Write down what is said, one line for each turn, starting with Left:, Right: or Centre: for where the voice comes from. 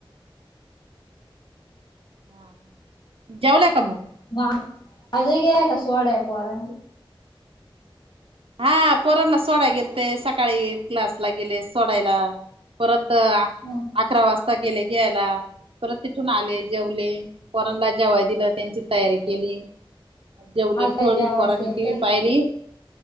Right: हा जेवल्या का मंग
Left: ना अजुक येण्या का सोडाय पोरां
Right: हा पोरांना सोडाय गेलते सकाळी क्लासला गेले सोडायला. परत अ
Left: <unintelligible>
Right: अकरा वाजता गेले घ्यायला परत तिथून आले जेवले. पोरांला जेवायला दिलं त्यांची तयारी केली. आज जेवले थोडी
Left: काय जेवाय
Right: पोरानी
Left: केल
Right: टी
Left: तर
Right: व्ही पाहिली